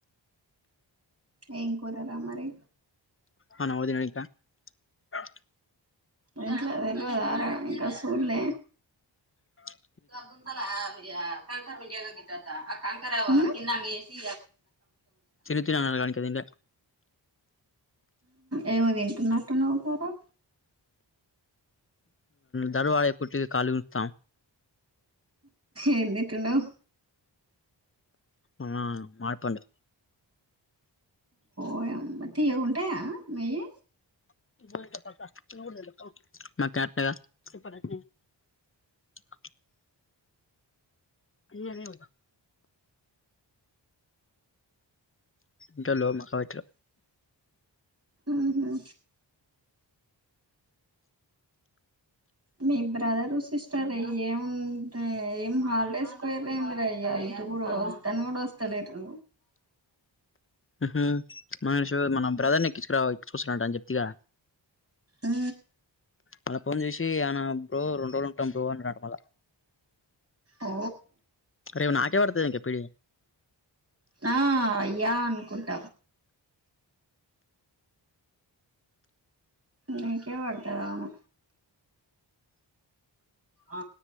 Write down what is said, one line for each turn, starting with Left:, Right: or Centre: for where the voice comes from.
Right: ఏం కూరార మరి
Left: ఆ నాకు తెల్వదు అక్క
Right: రజ వెరు ఆర ఇంకా సూర్లే
Left: హహ
Right: అగ చాల కత ఆ కంకర్ కిందంగా వేసి
Left: చిన్న త చిన్నలా కనికదం
Right: ఏమో తింటున్నట్టున్నావు గారా
Left: దారువడకుకి కళ ఉంటతాం
Right: ఏం తింటున్నావ్
Left: అదా మామిడిపండు
Right: ఓయమ్మ తియ్యగుంటాయా మీవి
Left: మ ఇ అనే ఉతా ఇకా లో మాక్క వయిట
Right: ఆహా మీ బ్రదరు సిస్టర్ ఏం ఏం హాలిడేస్కి పోయిరా అయ్యా ఇది కూడా వస్తను కూడా వస్తలేదు.
Left: హ హ మనుషు మన బ్రదర్ని ఎక్కించుకురా ఎక్కించుకునిరా అని చెప్తివి గా
Right: ఉ
Left: మళ్ళ ఫోన్ చేసి ఆయన బ్రో రెండు రోజులు ఉంటాం బ్రో అంటున్నాడు మళ్ళ
Right: ఓ
Left: రేపు నాకే పడుతుందంట పిడి
Right: నా య్యా అనుకుంట నీకే పడుతాది అవును ఆ